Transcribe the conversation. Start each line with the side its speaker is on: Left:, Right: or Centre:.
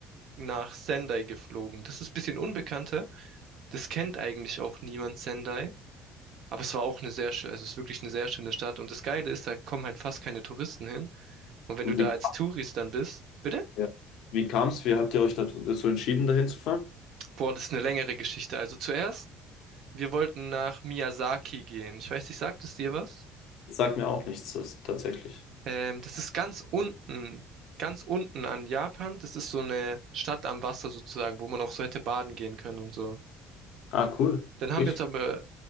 Right: nach Sendai geflogen. Das ist ein bisschen unbekannter. Das kennt eigentlich auch niemand Sendai. Aber es war auch eine sehr schöne, also es ist wirklich eine sehr schöne Stadt. Und das Geile ist, da kommen halt fast keine Touristen hin. Und wenn
Left: Und
Right: du da
Left: wie,
Right: als Tourist dann bist, bitte?
Left: ja. Wie kam es? Wie habt ihr euch dazu dazu entschieden, dahin zu fahren?
Right: Boah, das ist eine längere Geschichte. Also zuerst, wir wollten nach Miyazaki gehen. Ich weiß nicht, sagt es dir was?
Left: Das sagt mir auch nichts, das, tatsächlich.
Right: Ähm, das ist ganz unten, ganz unten an Japan. Das ist so eine Stadt am Wasser sozusagen, wo man auch so hätte baden gehen können und so.
Left: Ah, cool.
Right: Dann haben
Left: Richtig.
Right: wir uns aber